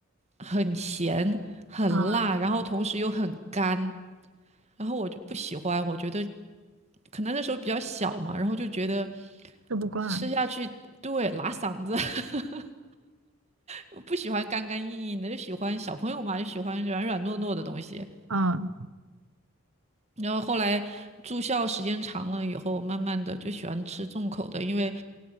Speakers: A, on the right; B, on the right.
A: 很咸、很辣，
B: 啊，
A: 然后同时又很干，然后我就不喜欢，我觉得可能那时候比较小嘛，然后就觉得
B: 吃不惯，
A: 吃下去，对，拉嗓子。<laughs> 我不喜欢干干硬硬的，就喜欢小朋友嘛，就喜欢软软糯糯的东西。
B: 嗯，
A: 然后后来住校时间长了以后，慢慢的就喜欢吃重口的，因为